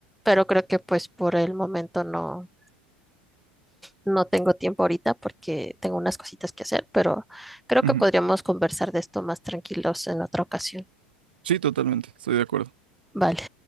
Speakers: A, in the centre; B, on the right (about 70°).
A: Pero creo que, pues, por el momento no, no tengo tiempo ahorita porque tengo unas cositas que hacer, pero creo
B: ujú.
A: que podríamos conversar de esto más tranquilos en otra ocasión.
B: Sí, totalmente, estoy de acuerdo.
A: Vale.